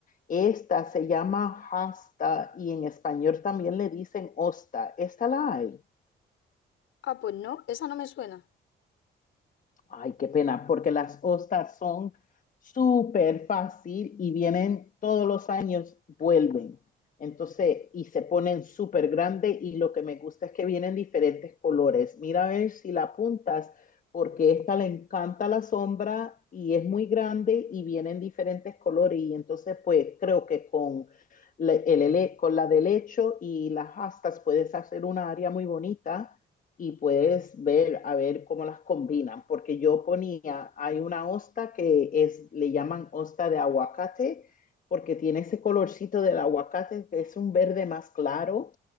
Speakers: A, on the left; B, on the left.
A: esta se llama hasta y en español también le dicen hosta. ¿Esta la hay?
B: ah, pues no, esa no me suena.
A: Ay, qué pena, porque las hostas son súper fácil y vienen todos los años, vuelven. Entonces, y se ponen súper grandes y lo que me gusta es que vienen diferentes colores. Mira a ver si la apuntas, porque esta le encanta la sombra y es muy grande y vienen diferentes colores. Y entonces, pues creo que con la, el, ele- con la de lecho y las astas puedes hacer una área muy bonita y puedes ver a ver cómo las combinan, porque yo ponía, hay una hosta que es, le llaman hosta de aguacate, porque tiene ese colorcito del aguacate, que es un verde más claro,